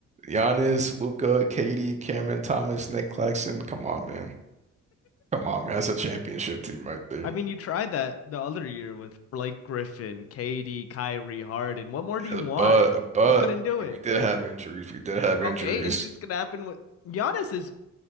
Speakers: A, on the right (about 25°); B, on the left (about 50°).
A: Giannis, Luca, KD, Cameron Thomas, Nick Claxton. Come on, man. Come on, man. That's a championship team right there.
B: I mean, you tried that the other year with Blake Griffin, KD, Kyrie, Harden. What more do you
A: Yeah,
B: want?
A: But but
B: You couldn't do it.
A: we did have injuries. We did have
B: Okay,
A: injuries.
B: injuries
A: <laughs>
B: could happen. With Giannis is